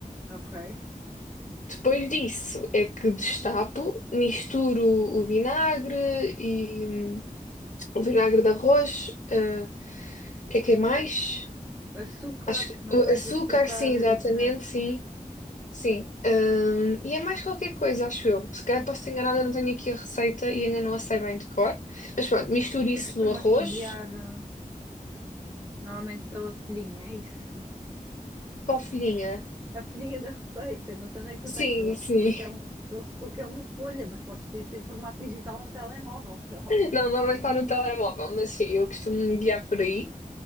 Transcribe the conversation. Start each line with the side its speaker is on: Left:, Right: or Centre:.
Right: ok.
Left: Depois disso é que destapo, misturo o vinagre e hum, o vinagre de arroz, ah, o que é que é mais?
Right: Açúcar,
Left: Acho que
Right: não
Left: o
Right: pões
Left: açúcar,
Right: açúcar
Left: sim, exatamente,
Right: e vinagre,
Left: sim,
Right: sim.
Left: sim. Hum, e é mais qualquer coisa, acho eu. Se calhar posso ter enganada, eu não tenho aqui a receita e ainda não a sei bem de cor. Mas pronto, misture
Right: Tu
Left: isso
Right: costumas-te
Left: no arroz
Right: guiar ah, normalmente pela folhinha, é isso? <laughs>
Left: com a folhinha.
Right: A folhinha da receita, não sei onde é que tu
Left: Sim,
Right: tens, estou a
Left: sim.
Right: supor que é, um- estou a supor que é uma folha, mas podes ter isso em formato digital no telemóvel, <laughs> sei lá.
Left: <laughs> Não, normalmente está no telemóvel, mas sim, eu costumo me guiar por aí.